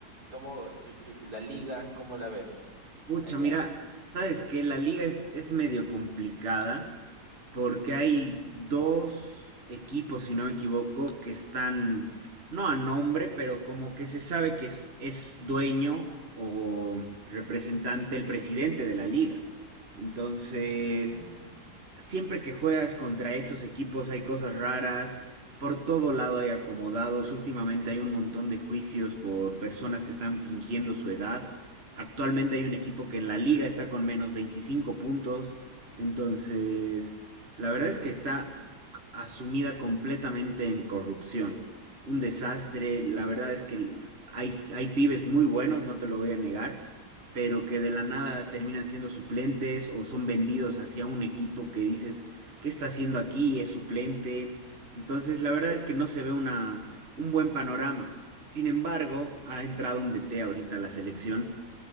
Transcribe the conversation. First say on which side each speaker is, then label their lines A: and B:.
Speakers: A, on the right (about 75°); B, on the right (about 40°).
A: ¿Cómo tú- tú- la liga, cómo la ves
B: Pucha,
A: allá?
B: mira, sabes que la liga es, es medio complicada porque hay dos equipos, si no me equivoco, que están, no a nombre, pero como que se sabe que es, es dueño o representante el presidente de la liga. Entonces,
A: Mm.
B: siempre que juegas contra esos equipos hay cosas raras. Por todo lado hay acomodados. Últimamente hay un montón de juicios por personas que están fingiendo su edad. Actualmente hay un equipo que en la liga está con menos 25 puntos. Entonces, la verdad es que está asumida completamente en corrupción. Un desastre. La verdad es que hay, hay pibes muy buenos, no te lo voy a negar pero que de la nada terminan siendo suplentes o son vendidos hacia un equipo que dices, ¿qué está haciendo aquí? Es suplente. Entonces, la verdad es que no se ve una, un buen panorama. Sin embargo, ha entrado un DT ahorita a la selección